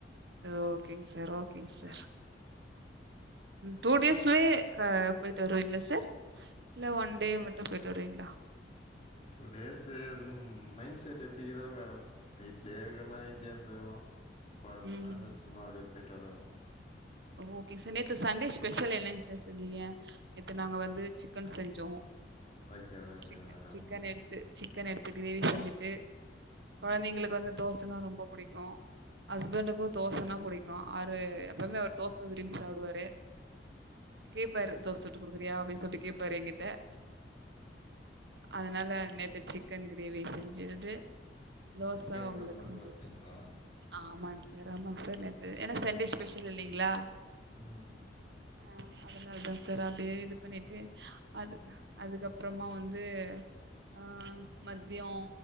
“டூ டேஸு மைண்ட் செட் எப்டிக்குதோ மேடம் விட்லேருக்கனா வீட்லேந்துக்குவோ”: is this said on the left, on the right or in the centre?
Left